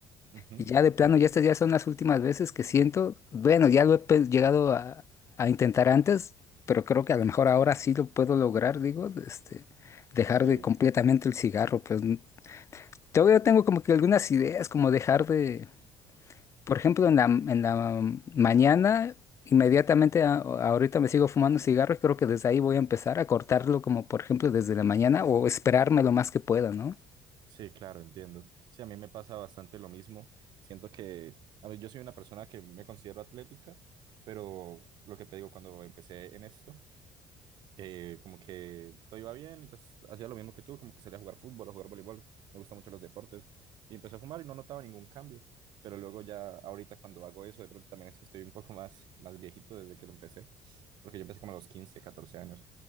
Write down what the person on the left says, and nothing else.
Y ya de plano, ya estas ya son las últimas veces que siento. Bueno, ya lo he pe- llegado a, a intentar antes, pero creo que a lo mejor ahora sí lo puedo lograr, digo, este, dejar
de completamente el cigarro. Pues n- todavía tengo como que algunas ideas, como dejar de, por ejemplo, en la, en la mañana, inmediatamente a- ahorita me sigo fumando cigarro y creo que desde ahí voy a empezar a cortarlo, como por ejemplo desde la mañana o esperarme lo más que pueda, ¿no?